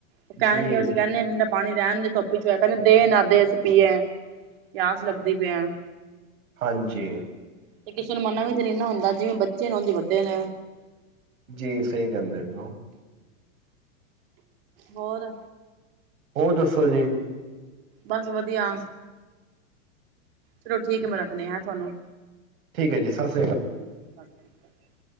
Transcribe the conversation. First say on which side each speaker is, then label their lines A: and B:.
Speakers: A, on the right; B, on the right.
A: ਉਹ ਕਹਿਣਗੇ
B: ਜੀ
A: ਅਸੀਂ ਕਹਿੰਦੇ ਹਡਾ ਪਾਣੀ ਰਹਿਣ ਦੇ ਧੁੱਪੀ ਚਇ ਕਹਿੰਦੇ ਦੇ ਨਾ ਦੇ ਅਸੀਂ ਪੀਏ ਪਿਆਸ ਲੱਗਦੀ ਪਿਆ ਹਾਂ
B: ਹਾਂਜੀ
A: ਤੇ ਕਿਸੇ ਨੂੰ ਮੰਨਨਾ ਵੀ ਤਾਂ ਨ ਨਾ ਹੁੰਦਾ ਜਿਵੇਂ ਬੱਚੇ ਨੇ ਉਹਦੀ ਵੱਡੇ ਨੇ
B: ਜੀ ਸਹੀ ਗਹਿੰਦੇ ਵੀ
A: ਹੋਰ
B: ਹੋਰ ਦੱਸੋ ਜੀ
A: ਬਸ ਵਧੀਆ ਚਲੋ ਠੀਕ ਹੈ ਮੈਂ ਰੱਖਣੇ ਹੈ ਤੁਹਾਨੂੰ
B: ਠੀਕ ਹੈ ਜੀ ਸਤਿੀ
A: <inaudible>